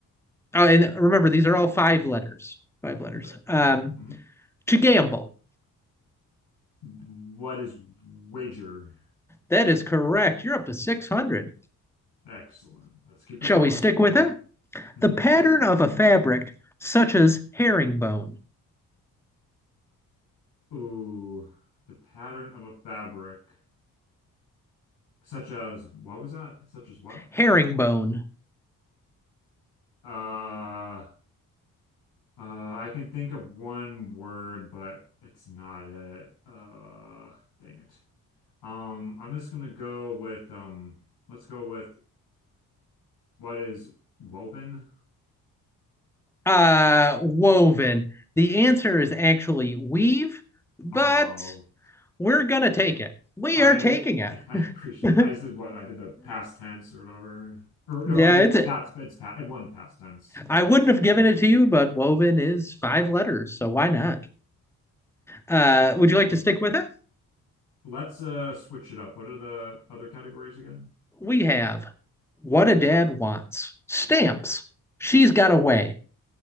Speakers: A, in the centre; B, on the left.
A: Oh, and remember, these are all five letters. Five letters.
B: Yep.
A: Um,
B: Mhm.
A: to gamble.
B: What is wager?
A: That is correct. You're up to 600.
B: Excellent. Let's keep it
A: Shall
B: going.
A: we stick with it?
B: hmm
A: The pattern of a fabric, such as herringbone.
B: Ooh, the pattern of a fabric, such as what was that? Such as what?
A: Herringbone.
B: Uh, Uh, I can think of one word, but it's not it. Uh, dang it. Um, I'm just gonna go with um. Let's go with what is woven.
A: Uh, woven. The answer is actually weave, but
B: Oh,
A: we're going to take it. We
B: I
A: are taking it.
B: <laughs> I
A: <laughs>
B: appreciate.
A: yeah,
B: it. I just did what I did the past tense or whatever. Or no,
A: it's
B: I did
A: it.
B: that's it's past. I wanted past tense,
A: I
B: I
A: wouldn't
B: guess.
A: have given it to you, but woven is five letters, so why not? Uh, would you like to stick with it?
B: Let's uh switch it up. What are the other categories again?
A: we have What a Dad Wants, Stamps, She's Got Away,